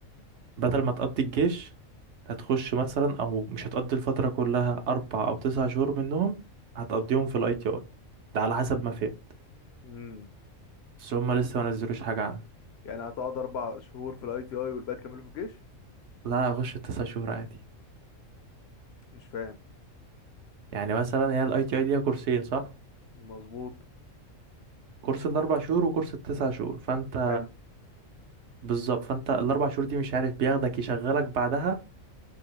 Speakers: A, on the right; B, on the left.
A: بدل ما تقضي الجيش هتخش مثلا او مش هتقضي الفترة كلها اربع او تسع شهور منهم هتقضيهم في الاي تي اي ده على حسب ما فهمت
B: امم
A: بس هما لسه ما نزلوش حاجة عنه
B: يعني هتقعد اربع شهور في الاي تي اي والباقي تكمله في الجيش
A: لا هخش التسع شهور عادي
B: مش فاهم
A: يعني مثلا هي الاي تي اي ليها كورسين صح
B: مظبوط
A: كورس الاربع شهور وكورس التسع شهور فانت
B: حلو
A: بالظبط فانت الاربع شهور دي مش عارف بياخدك يشغلك بعدها